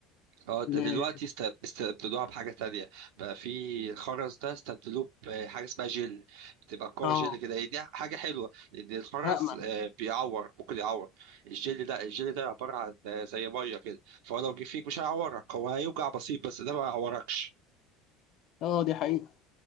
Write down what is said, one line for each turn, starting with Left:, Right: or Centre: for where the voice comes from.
Right: اه ده
Left: ل-
Right: دلوقتي است- استبدلوها بحاجة تانية بقى في الخرز ده استبدلوه بحاجة اسمها جل بتبقى كور
Left: اه
Right: جل كده هي دي حاجة حلوة لأن الخرز
Left: امل
Right: آه، بيعور ممكن يعور الجل ده الجل ده عبارة عن آه، زي مية كده فهو لو جه فيك مش هيعورك هو هيوجع بسيط بس ده ما يعوركش
Left: اه دي حقيقة